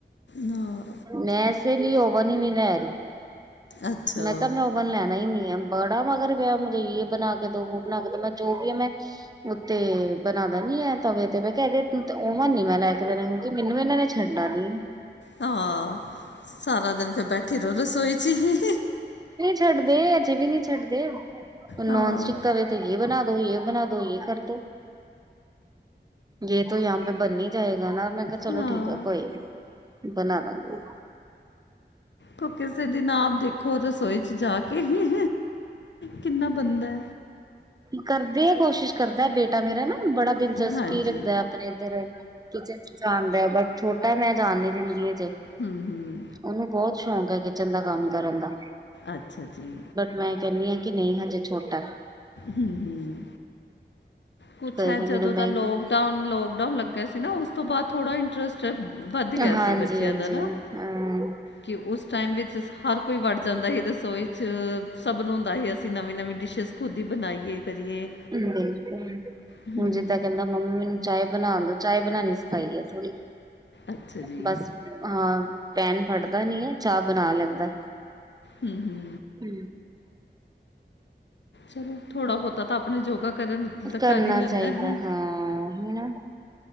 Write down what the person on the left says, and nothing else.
ਹਾਂ।
ਅੱਛਾ
ਹਾਂ ਸਾਰਾ ਦਿਨ ਫੇਰ ਬੈਠੀ ਰੋ ਰਸੋਈ ਚ ਈ।
ਹਾਂ
ਹਾਂ
<unintelligible> ਨਾਪ ਦੇਖੋ ਰਸੋਈ- ਜਾ ਕੇ, ਹੀ ਕਿਨਾ ਬੰਦੇ
ਹਾਂਜੀ
ਹੂੰ ਹੂੰ
ਅੱਛਾ ਜੀ-
ਹੂੰ- ਹੂੰ- ਕੁਛ
ਹੈ
ਜਦੋ
ਦਾ ਲੋਕ ਡਾਊਨ ਲੋਕਡਾਊਨ ਲਗਿਆ ਸੀ ਨਾ ਉਸ ਤੋ ਬਾਅਦ ਥੋੜਾ ਇੰਟਰਸਟ- ਵੱਧ ਗਿਆ
ਸੀ ਬੱਚਿਆਂ
ਦਾ ਨਾ-
ਕਿ ਉਸ ਟਾਈਮ ਵਿਚ ਹਰ ਕੋਈ ਵੜ ਜਾਦਾ ਸੀ ਰਸੋਈ ਚ ਸਭ ਨੂੰ ਹੁੰਦਾ ਹੀ ਅਸੀ ਨਵੀ- ਨਵੀ ਡਿਸ਼ਿਸ ਖੁਦ ਹੀ ਬਨਾਈਏ ਕਰੀਏ
ਹੂੰ,
ਅੱਛਾ ਜੀ।
ਹੂੰ- ਹੂੰ-
ਚਲੋ ਥੋੜ੍ਹਾ ਬੋਹਤਾ ਤਾਂ ਆਪਨੇ ਜੋਗਾ ਕਰਨ- ਤਾਂ
ਕਰ ਹੀ ਲੈਂਦਾ
ਹੈ।